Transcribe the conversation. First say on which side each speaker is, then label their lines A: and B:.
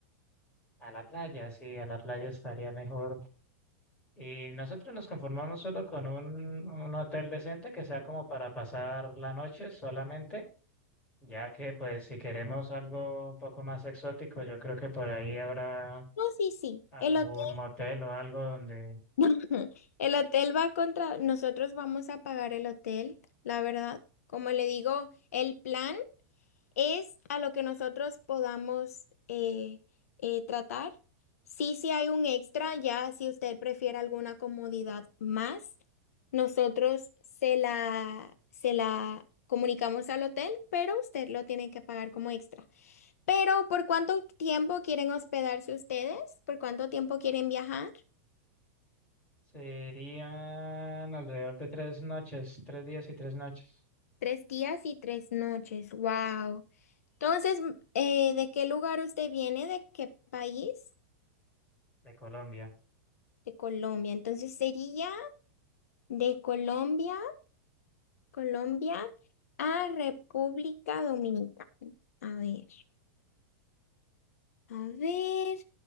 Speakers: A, on the left; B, on the left.
A: A la playa, sí, a la playa estaría mejor. Y nosotros nos conformamos solo con un, un hotel decente que sea como para pasar la noche solamente, ya que pues si queremos algo un poco más exótico, yo creo que por ahí habrá
B: No, sí, sí.
A: algún
B: El hotel,
A: motel o algo donde
B: <laughs> el hotel va contra, nosotros vamos a pagar el hotel, la verdad. Como le digo, el plan es a lo que nosotros podamos eh, eh, tratar. Sí, sí hay un extra, ya si usted prefiere alguna comodidad más, nosotros se la, se la comunicamos al hotel, pero usted lo tiene que pagar como extra. Pero, ¿por cuánto tiempo quieren hospedarse ustedes? ¿Por cuánto tiempo quieren viajar?
A: serían alrededor de tres noches, tres días y tres noches
B: Tres días y tres noches. Wow. Entonces, m- eh, ¿de qué lugar usted viene? ¿De qué país?
A: de Colombia.
B: De Colombia. Entonces sería De Colombia, Colombia a República Dominicana. A ver, a ver.